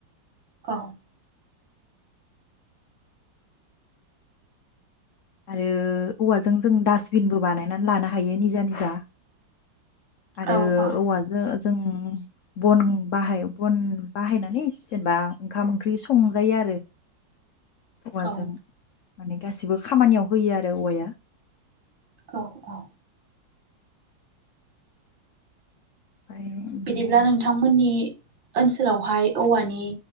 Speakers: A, on the right; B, on the left.
A: औ।
B: आरो औवाजों जों डासटबिनबो बानायनानै लानो हायो निजा निजा। आरो
A: औ
B: औवाजों जों बन बाहाय बन बाहायनानै जेनेबा ओंखाम ओंख्रि संजायो आरो। औवाजों।
A: औ
B: माने गासिबो खामानियाव होयो आरो औवाया।
A: औ औ।
B: ओमफ्राय बिदिनो
A: बिदिब्ला नोंथांमोननि ओनसोलावहाय औवानि